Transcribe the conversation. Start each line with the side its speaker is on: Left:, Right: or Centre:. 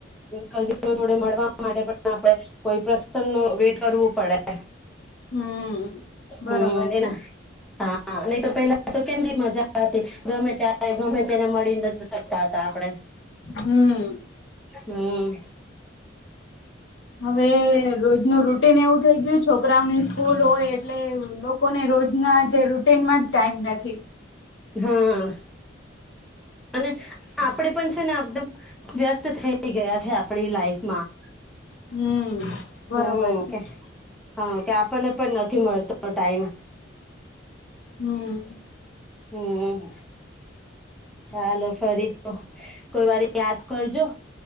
Centre: કઝીનો જોડે મળવા માટે પણ આપણે કોઈ પ્રસંગ નો વેટ કરવો પડે.
Left: હમ બરોબર
Centre: હમ એના
Left: છે.
Centre: હા નહી તો પેલા તો કેમ મજા હતી ગમે ત ગમે તેને મળ તા હતા આપડે
Left: હમ
Centre: હમ.
Left: હવે રોજ ન રોટ એવું થઈ ગયું છોકરા સ્કૂલ હોય એટલે લોકોને રોજના જે રૂટીનમાં જ ટાઈમ નથી.
Centre: હમ્મ. અને આપણેે પણ છે ને આદમ વ્યસ્ત થઈ ગયા છે આપણી લાઈફમાં.
Left: હમ બરોબર
Centre: હમ
Left: છે.
Centre: કે હા કે આપણને પણ નથી મળતો ટાઈમ.
Left: હમ.
Centre: હમ ચાલો ફરી. કોઈ વાર યાદ કરજો